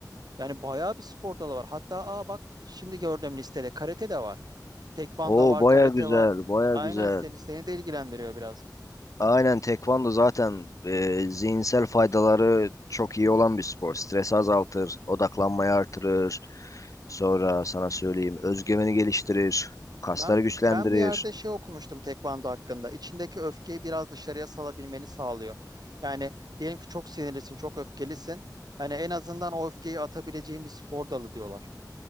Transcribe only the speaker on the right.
Yani bayağı bir spor dalı var. Hatta aa bak şimdi gördüm listede karate de var. Tekvando
var,
karate
var.
Aynen
seni seni de ilgilendiriyor biraz.
Ben
ben bir yerde şey okumuştum tekvando hakkında. İçindeki öfkeyi biraz dışarıya salabilmeni sağlıyor. Yani diyelim ki çok sinirlisin, çok öfkelisin. Hani en azından o öfkeyi atabileceğin bir spor dalı diyorlar.